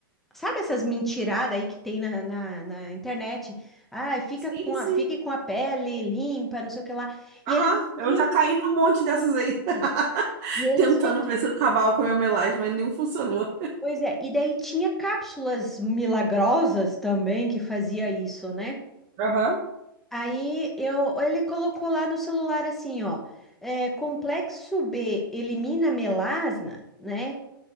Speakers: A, in the centre; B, on the right.
A: Sabe essas mentiradas aí que tem na, na, na internet? Ai, fica
B: Sim,
A: com
B: sim.
A: a, fique com a pele limpa, não sei o que lá.
B: Aham,
A: E eles vendiam
B: eu já caí num monte dessas aí, <laughs>
A: sim. E eles
B: tentando
A: vendiam.
B: ver se eu acabava com o meu melasma, mas nenhum funcionou.
A: Pois é, e daí tinha cápsulas milagrosas também que fazia isso, né?
B: Aham.
A: Aí eu, ele colocou lá no celular assim, ó, é, complexo B elimina melasma, né?